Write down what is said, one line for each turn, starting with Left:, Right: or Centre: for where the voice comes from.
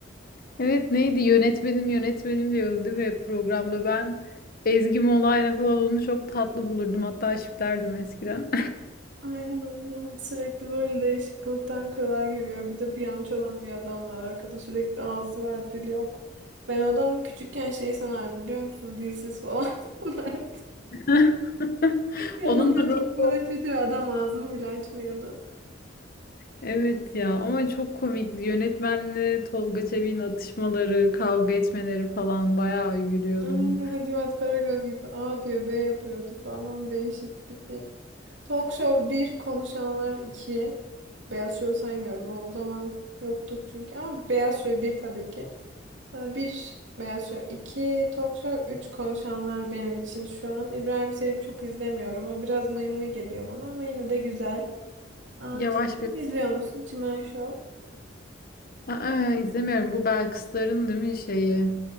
Left: Evet neydi yönetmenim yönetmenim diyordu değil mi programda ben Ezgi Mola'yla falan onu çok tatlı bulurdum hatta şiplerdim eskiden.
Right: Aynen aynen. Sürekli böyle değişik kılıktan kılığa giriyor. Bir de piyano çalan bir adam var arkada. Sürekli ağzı var, dili yok. Ben o adamı küçükken şey sanarım biliyor musun? Dilsiz falan <laughs> sanarım.
Left: <laughs>
Right: Çünkü
Left: Onun
Right: onunla
Left: da rolü
Right: çok uğraşıyordu ve adam ağzını bile açmıyordu.
Left: evet ya ama çok komikti yönetmenle Tolga Çevik'in atışmaları, kavga etmeleri falan bayağı gülüyordum.
Right: Aynen Hacivat Karagöz gibi A diyor B yapıyordu falan değişik bir şey. Talk Show bir Konuşanlar 2. Beyaz Show saymıyorum ama o zaman yoktuk çünkü. Ama Beyaz Show bir tabii ki. Ee, Bir beyaz şov, iki talk show, üç konuşanlar benim için şu an. İbrahim Selim'i çok izlemiyorum. O biraz mıy mıy geliyor bana ama yine de güzel. Aa,
Left: Yavaş
Right: Çimen
Left: bir
Right: izliyor musun Çimen Show?
Left: Aa, izlemiyorum. Bu Belkısların değil mi şeyi?